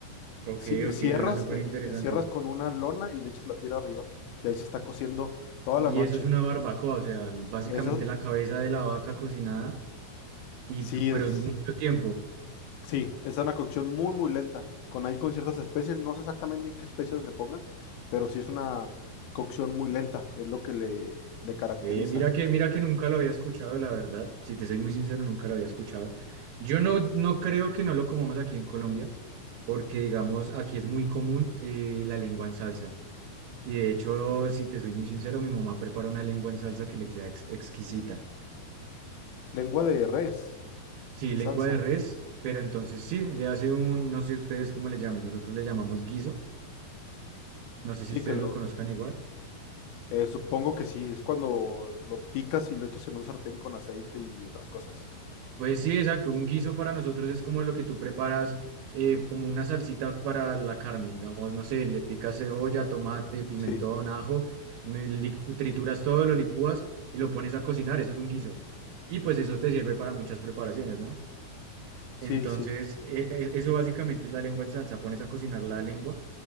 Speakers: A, on the right; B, on the left.
A: ok,
B: Sí, le cierras,
A: ok, suena súper
B: le,
A: interesante.
B: le- le cierras con una lona y le echas la tira arriba. Y ahí se está cociendo toda
A: Y
B: la noche.
A: eso es una barbacoa, o sea, básicamente
B: Eso
A: la cabeza de la vaca cocinada, y
B: sí
A: tú- pero
B: es,
A: en mucho tiempo.
B: sí, es una cocción muy, muy lenta. Con ahí con ciertas especies, no sé exactamente en qué especies le pongan, pero sí es una cocción muy lenta, es lo que le, le caracteriza.
A: Ve, mira que, mira que nunca lo había escuchado, la verdad. Si te soy muy sincero, nunca lo había escuchado. Yo no, no creo que no lo comamos aquí en Colombia, porque digamos, aquí es muy común eh, la lengua en salsa. Y de hecho, si te soy muy sincero, mi mamá prepara una lengua en salsa que le queda ex- exquisita.
B: Lengua de res
A: Sí,
B: en
A: lengua
B: salsa.
A: de res, pero entonces sí, le hace un, no sé ustedes cómo le llamen, nosotros le llamamos guiso, no sé
B: Sí,
A: si ustedes
B: que lo,
A: lo conozcan igual.
B: eh, supongo que sí, es cuando lo picas y lo echas en un sartén con aceite y otras cosas.
A: Pues sí, exacto, un guiso para nosotros es como lo que tú preparas, eh, como una salsita para la carne, digamos, no sé, le picas cebolla, tomate, pimentón,
B: Sí,
A: ajo, me licu- trituras todo, lo licúas y lo pones a cocinar, eso es un guiso. Y pues eso te sirve para muchas preparaciones, ¿no?
B: sí,
A: Entonces,
B: sí.
A: eh, eh, eso básicamente es la lengua en salsa, pones a cocinar la lengua